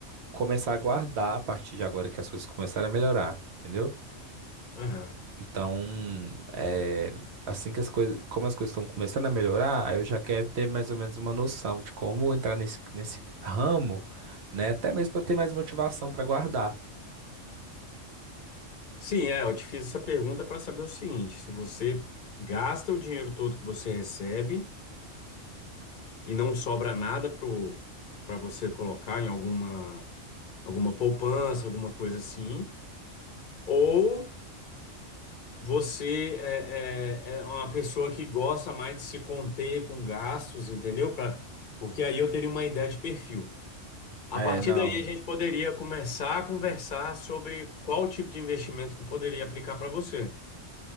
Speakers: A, on the right; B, on the left.
A: começar a guardar a partir de agora que as coisas começarem a melhorar, entendeu?
B: Aham.
A: Então, é, assim que as coisas, como as coisas estão começando a melhorar, aí eu já quero ter mais ou menos uma noção de como entrar nesse, nesse ramo, né? Até mesmo para ter mais motivação para guardar.
B: Sim, é, eu te fiz essa pergunta para saber o seguinte: se você gasta o dinheiro todo que você recebe e não sobra nada pro para você colocar em alguma alguma poupança, alguma coisa assim, ou você é, é, é uma pessoa que gosta mais de se conter com gastos, entendeu? Pra, porque aí eu teria uma ideia de perfil. A
A: É,
B: partir
A: não.
B: daí a gente poderia começar a conversar sobre qual tipo de investimento que eu poderia aplicar para você,